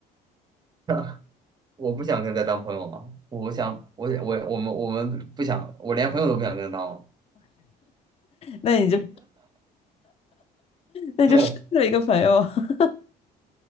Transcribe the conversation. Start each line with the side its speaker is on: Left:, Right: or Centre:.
Right: <laughs> 我不想跟他当朋友了，我想我我我们我们不想，我连朋友都不想跟他当了。
Left: 那你就那就失去了一个朋友。
Right: <laughs>
Left: <laughs>